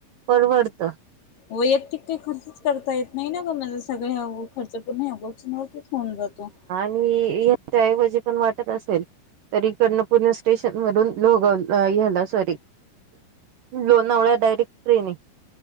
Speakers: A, on the right; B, on the left.
A: परवडतं.
B: वैयक्तिक काही खर्चच करता येत नाही ना ग, मग सगळा खर्च पूर्ण ह्या गोष्टींनाच होतोच. होऊन जातो.
A: मी याच्याऐवजी पण वाटत असेल तरी इकडनं पुणे स्टेशन वरून लोग ह्याला सॉरी. लोणावळ्या डायरेक्ट ट्रेन आहे,